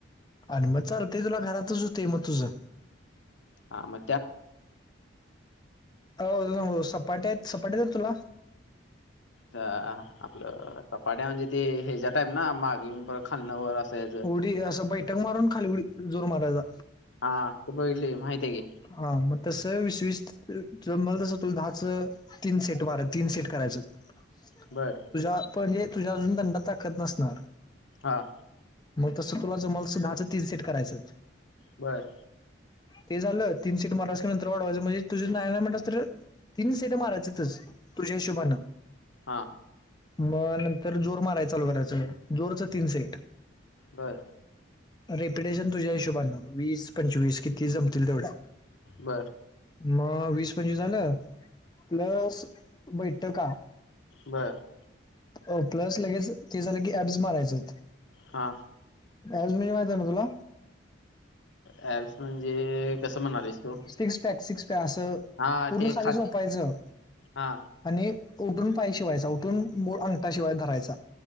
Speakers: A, on the left; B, on the left.
A: आणि मग चालतेय. तुला घरातच होते म तुझं.
B: हा म.
A: अ सपाट्या येत सपाट्या येत तुला.
B: अ, आपलं सपाट्या म्हणजे ते हच्या्या टाईप ना. मागे येऊन परत खाल्ण वर अस यायच.
A: उडी, असं बैठक मारून. खाली उडी जोर मारायचा.
B: हा. ते बघितले की, माहिते की.
A: हा मग तसं वीस वीस जमेल तसं तु दहाच तीन सेट मार तीन सेट करायचं
B: बरं
A: तुझ्या पणजे तुझ्या अजून दंडात खच नसणार.
B: हां
A: मग तसं तुला जमलं तसं दहाच तीन सेट करायचं.
B: बरं
A: ते झालं तीन सीट मारायचं की नंतर वाढवायचं म्हणजे तुझे नाहीय म्हटलं असतं तर तीन सीट मारयचेच. तुझ्या हिशोबानं
B: हा
A: मग नंतर जोर मारायचाल करायचं. जोरचं तीन सेट
B: बर
A: रेप्युटेशन तुझ्या हिशोबानन वीस पंचवीस किती जमतील तेवढ्या
B: बरं
A: मग वीस पंचवीस झालं प्लस बैठका
B: बरं.
A: हो प्लस लगेच ते झालं की ऍब्स मारायचं आहेत.
B: हा
A: अजुन म्हजे माहित आहे ना तुला?
B: ऍप्स म्हणजे कसं म्हणालेस तू
A: सिक्स पॅक सिक्स पॅ असं
B: हा
A: पूर्ण
B: ते
A: खाली झोपायचं.
B: हा
A: आणि उठून पाय शिवायचा उठून अंगठाशिवाय धरायचा